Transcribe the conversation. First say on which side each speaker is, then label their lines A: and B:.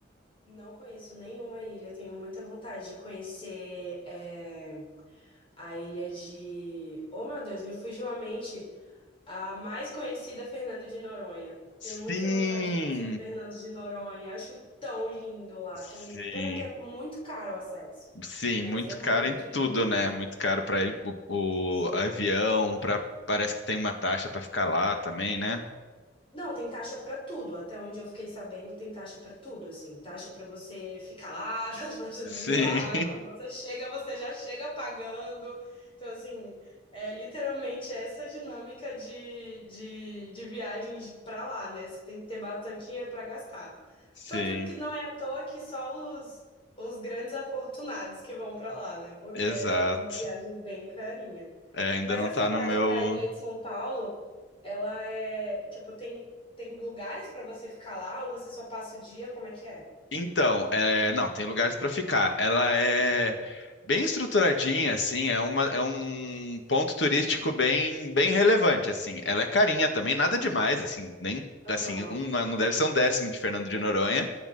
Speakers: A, on the left; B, on the left.
A: Não conheço nenhuma ilha, tenho muita vontade de conhecer é, a ilha de. Oh, meu Deus, me fugiu a mente. A mais conhecida é Fernando de Noronha. Tenho
B: Sim,
A: muita vontade de conhecer Fernando de Noronha. Acho tão lindo lá,
B: sim,
A: tão lindo. Pena que é muito caro o acesso,
B: sim,
A: mas
B: muito
A: é muito
B: caro em
A: lindo
B: tudo, né?
A: lá.
B: Muito caro para o,
A: Sim.
B: o avião, para parece que tem uma taxa para ficar lá também, né?
A: Não, tem taxa pra tudo. Até onde eu fiquei sabendo, tem taxa pra tudo, assim. Taxa pra você ficar lá, <laughs> taxa pra você dormir
B: Sim.
A: lá. Quando você chega, você já chega pagando. Então, assim, é literalmente essa dinâmica de, de, de viagens pra lá, né? Você tem que ter bastante dinheiro pra gastar.
B: Sim,
A: Tanto que não é à toa que só os, os grandes afortunados que vão pra lá, né? Porque
B: exato.
A: é uma viagem bem carinha.
B: É, ainda
A: Mas
B: não
A: essa
B: tá
A: viagem
B: no meu.
A: da ilha de São Paulo, ela é, tipo, tem, tem lugares pra você ficar lá ou você só passa o dia? Como é que é?
B: Então, é, não, tem lugares para ficar. Ela é bem estruturadinha, assim, é uma, é um ponto turístico bem, bem relevante, assim. Ela é carinha também, nada demais, assim, nem
A: Aham,
B: assim, um- não deve ser um décimo de Fernando de Noronha,